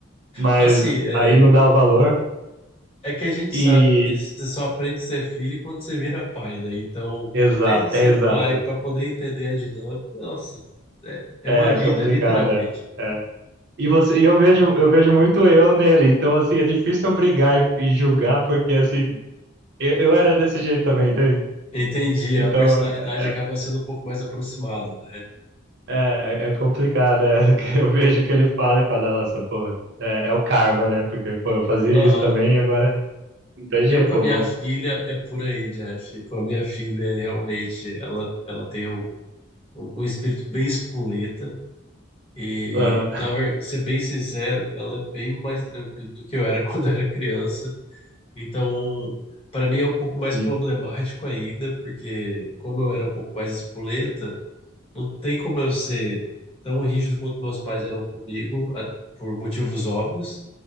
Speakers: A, on the right; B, on the left.
A: Mas
B: Assim, é.
A: aí não dá o valor
B: É que a gente
A: e.
B: sabe que você só aprende a ser filho quando você vira pai, né? Então,
A: Exato,
B: até ele ser
A: é exato.
B: pai, para poder entender a dinâmica, nossa, é, é
A: É
B: uma vida,
A: complicado,
B: literalmente.
A: é. é. E você, e eu vejo, eu vejo muito eu nele, então assim, é difícil eu brigar e, e julgar, porque assim, eu, eu era desse jeito também, entende?
B: Entendi,
A: Então,
B: a personalidade
A: é,
B: acaba
A: é
B: sendo um pouco mais aproximada, né?
A: É, é é complicado, é, <laughs> que eu vejo o que ele fala e falo, nossa, pô, é, é o karma, né? Porque, pô, eu fazia
B: Aham.
A: isso também e agora não tem jeito,
B: Eu com
A: pô,
B: a minha
A: vou...
B: filha é por aí, Jeff. Com a minha filha, realmente, ela, ela tem um, um um espírito bem espoleta. E,
A: Aham, <laughs>
B: na verdade, ser bem sincero, ela é bem mais tranquila do que eu era <laughs> quando eu era criança. Então, para mim é um pouco mais
A: sim,
B: problemático ainda, porque como eu era um pouco mais espoleta, não tem como eu ser tão rígido quanto meus pais eram comigo, a- por motivos óbvios.